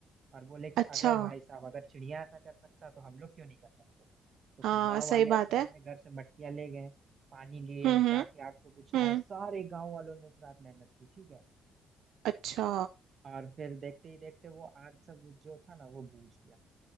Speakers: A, on the right; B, on the right.
A: और बोले कि
B: अच्छा
A: अगर भाई साहब अगर चिड़िया ऐसा कर सकता तो हम लोग क्यों नहीं कर सकते तो फिर
B: हाँ
A: गांव
B: सही
A: वाले अपने
B: बात है
A: अपने घर से मटकियां ले गए पानी लिए
B: हम्म हम्म
A: जाके आग को बुझाया
B: हम्म
A: सारे गांव वालों ने उस रात मेहनत की ठीक है
B: अच्छा
A: और फिर देखते ही देखते वो आग सब जो था ना वो बूझ गया